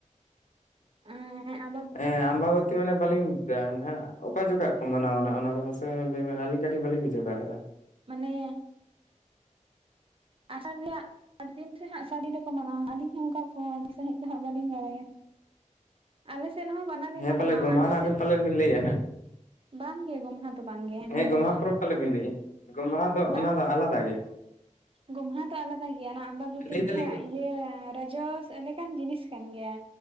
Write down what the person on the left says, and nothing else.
ᱮᱸ ᱟᱢᱵᱟᱵᱚᱛᱤ ᱢᱟᱱᱮ ᱵᱟᱹᱞᱤᱧ ᱜᱟᱱ ᱦᱟᱸᱜ, ᱚᱠᱟ ᱡᱚᱠᱷᱟᱜ ᱠᱚ ᱢᱟᱱᱟᱣᱟ ᱚᱱᱟ ᱫᱚ ᱢᱟᱥᱮ ᱞᱟᱹᱭᱵᱮᱱ ᱟᱹᱞᱤᱧ ᱠᱟᱹᱴᱤᱡ ᱵᱟᱹᱞᱤᱧ ᱵᱩᱡᱷᱟᱹᱣ ᱫᱟᱲᱮᱭᱟᱫᱟ?
ᱦᱮᱸ ᱯᱟᱞᱮ
ᱜᱚᱢᱦᱟ
ᱱᱟᱜ
ᱵᱤᱱ ᱯᱟᱞᱮᱫ ᱵᱤᱱ ᱞᱟᱹᱭᱮᱫᱼᱟ ᱱᱟᱜ
ᱦᱮᱸ ᱜᱚᱢᱦᱟ
ᱯᱚᱨᱚᱵᱽ ᱯᱟᱞᱮ ᱵᱤᱱ ᱞᱟᱹᱭᱮᱫᱼᱟ ᱜᱚᱢᱦᱟ ᱫᱚ
ᱚᱱᱟ ᱫᱚ ᱟᱞᱟᱫᱟ ᱜᱮᱭᱟ᱾
ᱞᱟᱹᱭ
ᱫᱟᱞᱤᱧ